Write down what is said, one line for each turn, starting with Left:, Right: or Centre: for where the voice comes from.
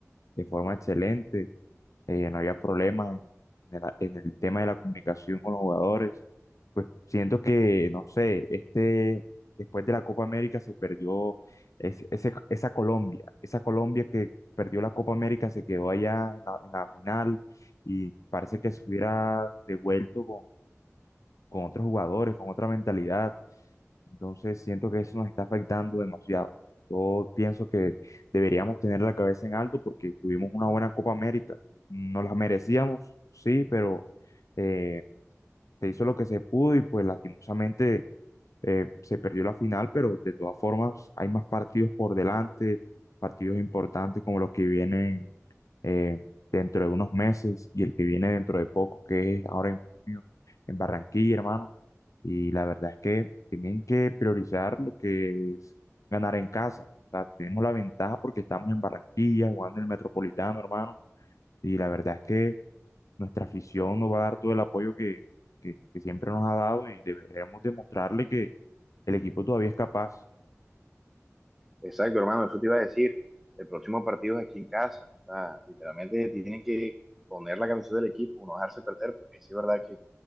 Left: de forma excelente, eh, no había problemas en, en el, en el tema de la comunicación con los jugadores. Pues siento que, no sé, este, después de la Copa América se perdió ese- ese- esa Colombia, esa Colombia que perdió la Copa América se quedó allá en la, en la final y parece que se hubiera devuelto con, con otros jugadores, con otra mentalidad entonces siento que eso nos está afectando demasiado. Yo pienso que deberíamos tener la cabeza en alto porque tuvimos una buena Copa América. Nos la merecíamos, sí, pero eh, se hizo lo que se pudo y pues lastimosamente eh, se perdió la final, pero de todas formas hay más partidos por delante, partidos importantes como los que vienen eh, dentro de unos meses y el que viene dentro de poco, que es ahora en junio, en Barranquilla, hermano. Y la verdad es que tienen que priorizar lo que es ganar en casa. O sea, tenemos la ventaja porque estamos en Barranquilla, jugando en el Metropolitano, hermano. Y la verdad es que nuestra afición nos va a dar todo el apoyo que, que, que siempre nos ha dado y deberemos demostrarle que el equipo todavía es capaz.
Centre: exacto, hermano, eso te iba a decir. El próximo partido es aquí en casa. O sea, literalmente tienen que poner la camiseta del equipo, no dejarse perder, porque sí es verdad que